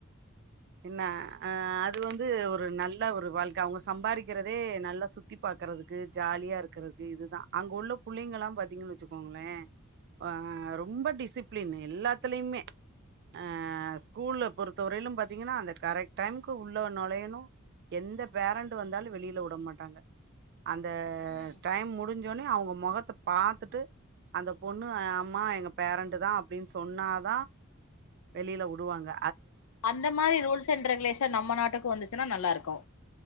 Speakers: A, on the right; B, on the left.
A: என்ன அ அது வந்து ஒரு நல்ல ஒரு வாழ்க்க அவ்ங்க சம்பாறி க்கிறதே நல்லா சுத்தி பாக்குறதுக்கு ஜாலியா இருக்குறது இதுதா அங்க உள்ள புள்ளைங்கலா பாத்தீங்கன் வெச்சுக்கோங்களே ஆ ரொம்ப டிசிப்ளின் எல்லாத்துலைமே ஆ ஸ்கூல்ல பொறுத்த வரையிலு பாத்தீங்கன்னா அந்த கரெக்ட் டைம்க்கு உள்ள நொழையணு எந்த பேரண்ட் வந்தாலு வெளில உட மாட்டாங்க அந்த
B: ம்
A: டைம் முடிஞ் ன்னே அவ்ங்க மொகத்த பாத்துட்டு அந்த பொண்ணு அம்மா எங்க பேரண்ட்தா அப்டின்னு சொன்னாதா வெளியில உடுவாங்க
B: அந்த மாரி ரூல்ஸ் அண்ட் ரெகுலேஷன் நம்ம நாட்டுக்கு வந்துச்சுன்னா நல்லா இருக்கு